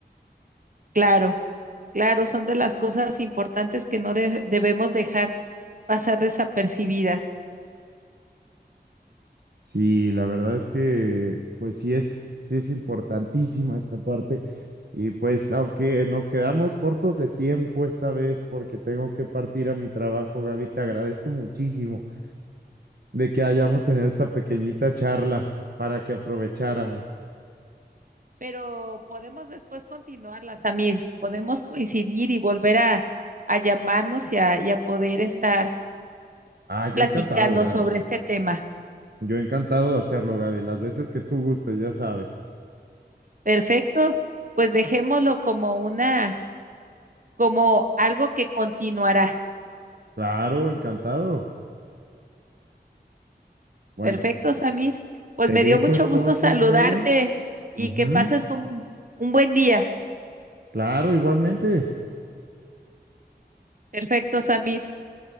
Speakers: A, on the right; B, on the right.
A: Claro, claro, son de las cosas importantes que no de- debemos dejar pasar desapercibidas.
B: Sí, la verdad es que, pues sí es, sí es importantísima esta parte. Y pues aunque nos quedamos cortos de tiempo esta vez porque tengo que partir a mi trabajo, Gaby, te agradezco muchísimo de que hayamos tenido esta pequeñita charla para que aprovecháramos.
A: Pero podemos después continuarlas, Samir. Podemos coincidir y volver a, a llamarnos y a, y a poder estar
B: Ah, yo
A: platicando
B: encantado, Gaby.
A: sobre este tema.
B: Yo encantado de hacerlo, Gaby, las veces que tú gustes, ya sabes.
A: Perfecto, pues dejémoslo como una, como algo que continuará.
B: Claro, encantado. Bueno,
A: Perfecto, Samir. Pues
B: te
A: me
B: dejo
A: dio mucho
B: entonces,
A: gusto saludarte
B: Gaby.
A: y
B: Ujú.
A: que pases un, un buen día.
B: Claro, igualmente.
A: Perfecto, Samir.